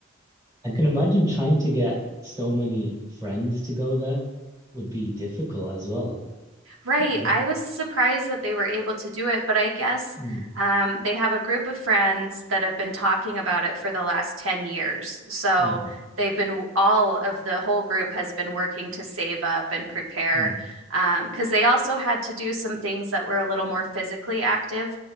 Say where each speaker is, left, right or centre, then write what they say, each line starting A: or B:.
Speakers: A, on the right (about 15°); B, on the right (about 90°).
A: I can imagine trying to get so many friends to go there would be difficult as well.
B: Right.
A: Um,
B: I was surprised that they were able to do it, but I guess
A: mm,
B: um, they have a group of friends that have been talking about it for the last 10 years. So
A: mhm,
B: they've been, all of the whole group has been working to save up and prepare
A: mm,
B: um, because they also had to do some things that were a little more physically active.